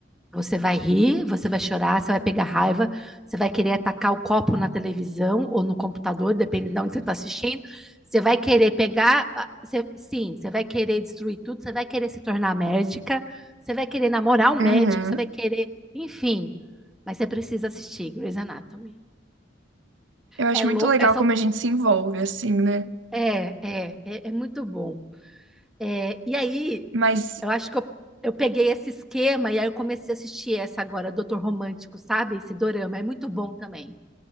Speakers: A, in the centre; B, on the right.
A: você vai rir, você vai chorar, você vai pegar raiva, você vai querer atacar o copo na televisão ou no computador, depende de onde você está assistindo. Você vai querer pegar, ah, você- sim, você vai querer destruir tudo, você vai querer se tornar médica, você vai querer namorar um médico,
B: Uhum.
A: você vai querer, enfim. Mas você precisa assistir Grey's Anatomy.
B: Eu acho
A: É, lou-
B: muito legal
A: é, são,
B: como a gente se envolve assim, né?
A: é, é, é, é muito bom. É, e aí,
B: Mas
A: Eu acho que eu, eu peguei esse esquema e aí eu comecei a assistir essa agora, Doutor Romântico, sabe? Esse dorama. É muito bom também.